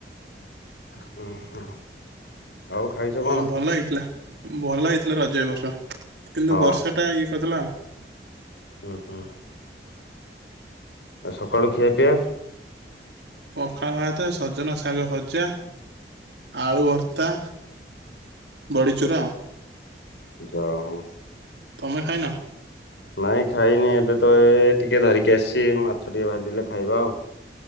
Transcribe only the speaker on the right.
ଆ ଭଲ ହେଇଥିଲା ଭଲ ହେଇଥିଲା ରଜ ବର୍ଷ କିନ୍ତୁ
ବର୍ଷା ଟା ଇଏ କରିଦେଲା ଆଉ
ପଖାଳ ଭାତ ସଜନା ଶାଗ ଭଜା, ଆଳୁ ଭର୍ତ୍ତା ବଡ଼ିଚୁରା।
ତମେ ଖାଇ ନା।